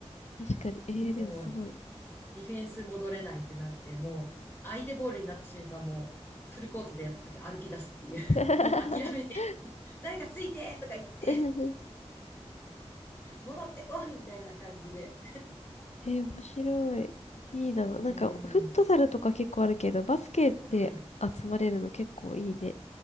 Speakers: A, on the left (about 80°); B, on the left (about 20°).
A: かに。えー、でもすごい。
B: もう、ディフェンス戻れないってなって、もう、相手ボールになった瞬間、もう、フルコートでやった時歩き出すっていう。<laughs>
A: <laughs>
B: もう諦めて <laughs> 誰かついてとか言って
A: えー、
B: 戻ってこいみたいな感じで。
A: えー、面白い。いいな。なんか、
B: うん。
A: フットサルとか結構あるけど、バスケで集まれるの結構いいね。
B: うん。